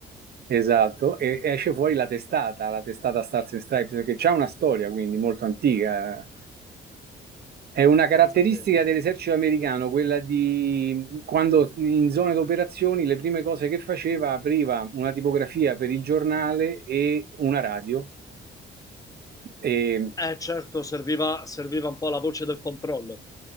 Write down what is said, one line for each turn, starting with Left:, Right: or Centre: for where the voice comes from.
Right: esatto, e esce fuori la testata, la testata Stars and Stripes, perché c'è una storia quindi molto antica, eh. È
Left: Ah,
Right: una caratteristica
Left: pensate,
Right: dell'esercito americano quella di quando in zone d'operazioni le prime cose che faceva apriva una tipografia per il giornale e una radio. E-
Left: eh certo, serviva, serviva un po' la voce del controllo.